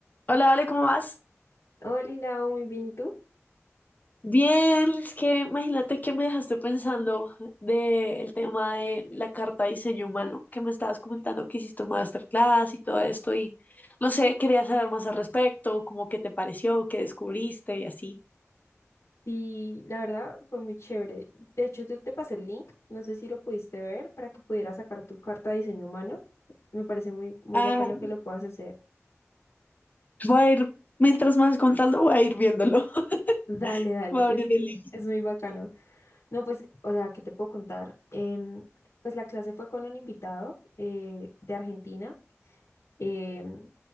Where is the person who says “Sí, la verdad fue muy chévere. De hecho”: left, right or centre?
Left